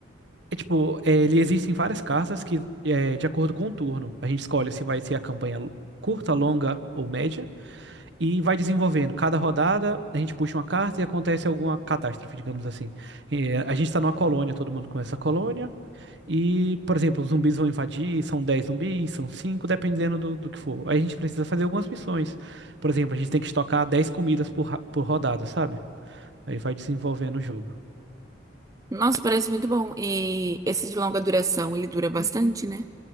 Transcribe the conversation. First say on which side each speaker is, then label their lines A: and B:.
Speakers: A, on the right; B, on the right.
A: É tipo, é, ele existem várias cartas que, é, de acordo com o turno, a gente escolhe se vai ser a campanha l- curta, longa ou média. E vai desenvolvendo. Cada rodada a gente puxa uma carta e acontece alguma catástrofe, digamos assim. É, a gente está numa colônia, todo mundo começa a colônia. E, por exemplo, os zumbis vão invadir, são 10 zumbis, são 5, dependendo do, do que for. Aí a gente precisa fazer algumas missões. Por exemplo, a gente tem que estocar 10 comidas por, ra- por rodada, sabe? Aí vai desenvolvendo o jogo.
B: Nossa, parece muito bom. E esse de longa duração, ele dura bastante, né?